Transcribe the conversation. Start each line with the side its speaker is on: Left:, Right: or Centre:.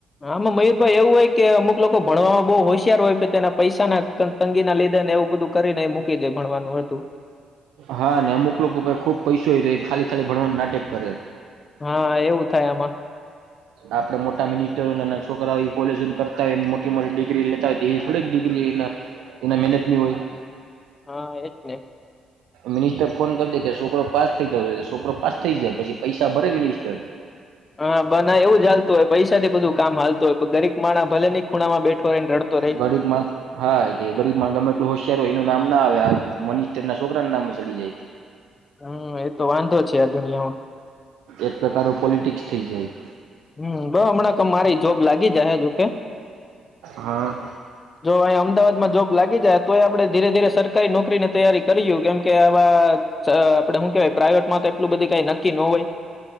Left: હામાં મયુરભાઈ એવું હોય કે અમુક લોકો ભણવામાં બહુ હોશિયાર હોય તેના પૈસા ના તંગી ના લીધને એવું બધું કરીને એ મૂકી દે ભણવાનું હતું
Right: હા ને અમુક લોકો બધા ખુબ પૈસો ખાલી-ખાલી ભણવાનું નાટક કરે.
Left: હા એવું થાય આમાં
Right: આપણે મોટા મિનિસ્ટરો નાના છોકરાઓ ઇ કોલેજ કરતાય હોય એમ મોટ મોટી ડિગ્રી લેતા હોય તો એ થોડીક ડિગ્રી એના મહેનત ની હોય.
Left: હા એ જ ને.
Right: મિનિસ્ટર ફોન કર દે કે છોકરો પાસ થઈ જવો જોઈએ તો છોકરો પાસ થયા જાય પછી પૈસા ભરે મિનિસ્ટર.
Left: <inaudible> હા બ ના એવું જ હાલતું હોય પૈસા થી બધું કામ હાલતું હોય ગરીબ માણહ ભલે ની ખૂણામાં બેઠો હોય ને રડતો રહે.
Right: ગરીમ માણ હા ગરીબ માણ ગમે એટલું હોશિયાર હોય એનું નામ ના આવે આ મનીસટર ના છોકરા નામ સડી જાય.
Left: હમ્મ એતો વાંધો છે. આ દુનિયામાં.
Right: એક પ્રકારનું પોલિટિક્સ થઈ જાય.
Left: હમ્મ બ હમણાં મારી જોબ લાગી જાહે જોકે.
Right: હા.
Left: જો અહીં અમદાવાદ માં જોબ લાગી જાય તો એ આપડણે ધીરે-ધીરે સરકારી નોકરી ની તૈયારી કરીયુ કેમ કે આવા આપડે શું કેવાય પ્રાઈવેટમાં તો એટલું બધી કઈ નક્કી ન હોય.